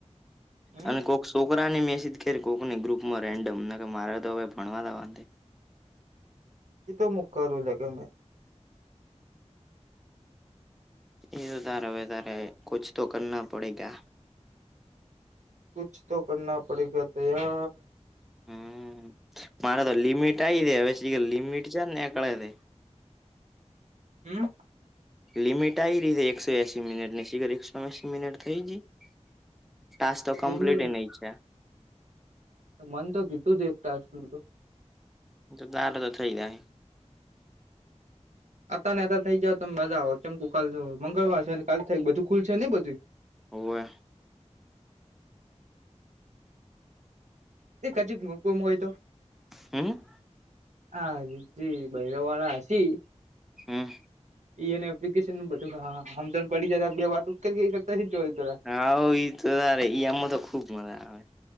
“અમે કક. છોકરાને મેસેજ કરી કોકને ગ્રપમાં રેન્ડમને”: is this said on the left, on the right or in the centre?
Centre